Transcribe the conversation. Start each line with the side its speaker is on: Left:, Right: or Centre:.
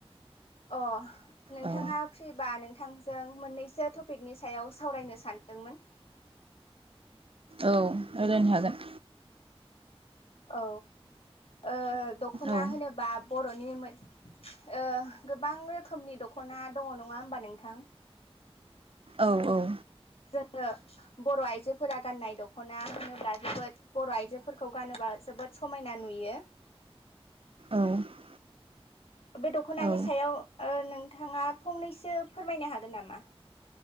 Left: अ' नोंथाङा
Right: औ
Left: फ्रिबा नों थांजों मोननैसो टपिकनि सायाव सावरायनो सानदोंमोन।
Right: औ रायलायनो हागोन।
Left: औ ओ दख'ना
Right: औ
Left: होनोबा बर' नि मो ओ गोबां रोखोमनि दख'ना दङ नङा होमबा नोंथां।
Right: औ-औ।
Left: जोङो बर' आइजोफोरा गाननाय दख'ना होनोब्ला जोबोद बर' आइजोफोरखौ गानोबा जोबोद समायना नुयो
Right: औ
Left: बे दख'नानि
Right: औ
Left: सायाव ओ नोंथाङा फंनैसो फोरमायनो हागोन नामा?